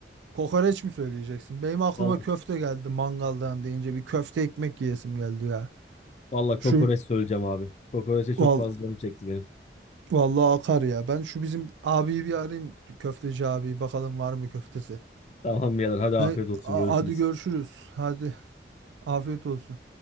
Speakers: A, on the right; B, on the left.
A: Kokoreç mi söyleyeceksin? Benim aklıma
B: Vallahi,
A: köfte geldi mangaldan deyince bir köfte ekmek yiyesim geldi ya.
B: vallahi
A: Şu
B: kokoreç söyleyeceğim abi. Kokoreçe çok
A: val
B: fazla canım çekti benim.
A: vallahi akar ya. Ben şu bizim abiyi bir arayayım. Köfteci abi bakalım var mı köftesi.
B: Tamam birader hadi afiyet
A: Ne,
B: olsun
A: a-
B: görüşürüz.
A: hadi görüşürüz. Hadi afiyet olsun.